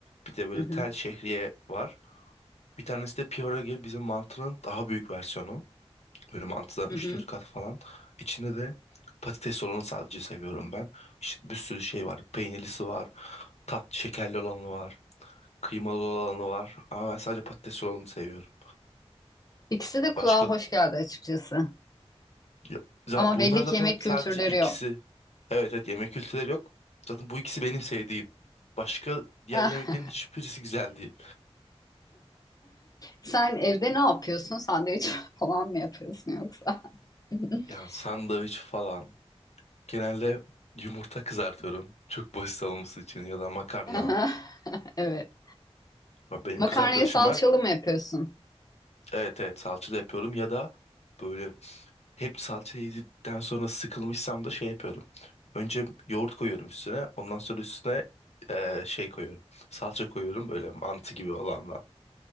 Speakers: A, on the left (about 85°); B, on the left (about 35°).
A: Bir de böyle
B: Hı hı,
A: tel şehriye var. Bir tanesi de pierogi bizim mantının daha büyük versiyonu. Böyle mantıdan
B: hı
A: üç
B: hı.
A: dört kat falan. İçinde de patates olanı sadece seviyorum ben. İşte bir sürü şey var. Peynirlisi var. Tat şekerli olanı var. Kıymalı olanı var. Ama ben sadece patates olanı seviyorum.
B: İkisi de kulağa
A: Başka
B: hoş geldi açıkçası.
A: ya- za-
B: Ama
A: bunlar
B: belli
A: zaten
B: ki yemek
A: sadece
B: kültürleri
A: ikisi.
B: yok.
A: Evet evet yemek kültürleri yok. Zaten bu ikisi benim sevdiğim. Başka diğer
B: <laughs>
A: yemeklerin hiçbirisi güzel değil.
B: Sen evde ne yapıyorsun? Sandviç <laughs> falan mı yapıyorsun yoksa? <laughs>
A: Yani sandviç falan. Genelde yumurta kızartıyorum. Çok basit olması için ya da makarna.
B: Aha, Evet.
A: Ya Benim
B: Makarnayı
A: kız arkadaşım
B: salçalı
A: var.
B: mı yapıyorsun?
A: Evet evet salçalı yapıyorum ya da böyle hep salça yedikten sonra sıkılmışsam da şey yapıyorum. Önce yoğurt koyuyorum üstüne. Ondan sonra üstüne eee, şey koyuyorum. Salça koyuyorum böyle mantı gibi olandan.